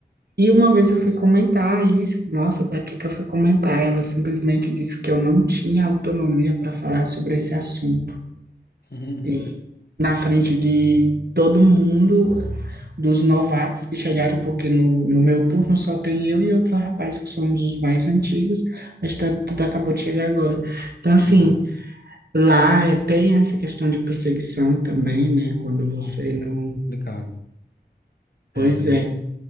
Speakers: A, on the right; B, on the left.
A: E uma vez eu fui
B: nossa,
A: comentar isso, nossa, para que que eu fui comentar? Ela simplesmente disse que eu não tinha autonomia para falar sobre esse assunto.
B: <laughs>
A: E na frente de todo mundo, dos novatos que chegaram, porque no, no meu turno só tem eu e outro rapaz que somos os mais antigos, mas tá, tudo acabou de chegar agora. Então, assim,
B: sim.
A: lá é, tem essa questão de perseguição também, né? Quando você
B: Ah,
A: não.
B: Complicado.
A: Pois
B: É bem
A: é.